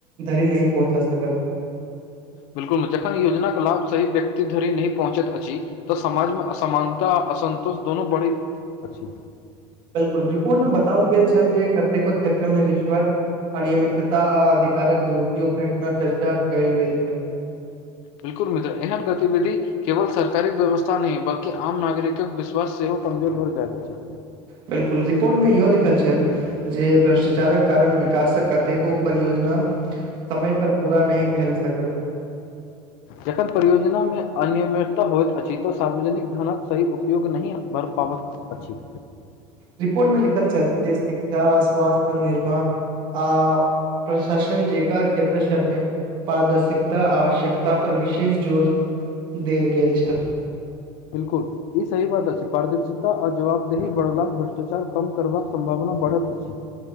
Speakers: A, on the right (about 45°); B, on the left (about 65°).
A: धरि नहि पहुँचा सकल
B: बिल्कुल जखन योजनाके लाभ सही व्यक्ति धरि नहि पहुँचैत अछि तऽ समाजमे असमानता आ असन्तोष दोनो बढ़ैत अछि
A: बिल्कुल रिपोर्ट मे बताओल गेल छल जे कतेको क्षेत्रमे रिश्वत अनियमितता आ अधिकारक दुरूपयोग घटना चर्चा कयेल गेल छै
B: बिल्कुल मित्र एहन गतिविधि केवल सरकारीक व्यवस्था नहि बल्कि आम नागरिकक विश्वास सेहो कमजोर भर जाे छै
A: बिल्कुल रिपोर्टमे इहो लिखल छल जे भ्रष्टाचारक कारण विकासक कतेको परियोजना समय पर पूरा नहि भेल सकल
B: जखन परियोजनामे अनियमितता होइत अछि तऽ सार्वजनिक धनक सही उपयोग नहि भर पाब अछि
A: रिपोर्ट मे लिखल छल जे शिक्षा स्वास्थ्य निर्माण आ प्रशासन जे क्षेत्र सभमे पारदर्शिकता आवश्यकता पर विशेष जोड़ देल गेल छल
B: बिल्कुल ई सही बात अछि पारदर्शता आ जवाबदेही बढ़ला भ्रष्टाचार कम करबाक सम्भावना बढ़त अछि